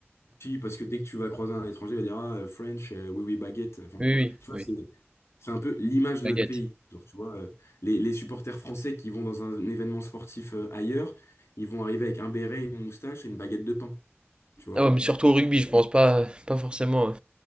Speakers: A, on the left; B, on the right.
A: si, parce que dès que tu vas croiser un étranger, il va dire ah, euh, French, euh, oui, oui, baguette. Enfin,
B: Oui oui
A: tu vois,
B: oui.
A: c'est c'est un peu l'image de
B: Baguette.
A: notre pays. Genre, tu vois, euh, les, les supporters français qui vont dans un, événement sportif euh, ailleurs, ils vont arriver avec un béret, une moustache et une baguette de pain. Tu vois.
B: Ah ouais mais surtout au rugby je pense pas pas forcément.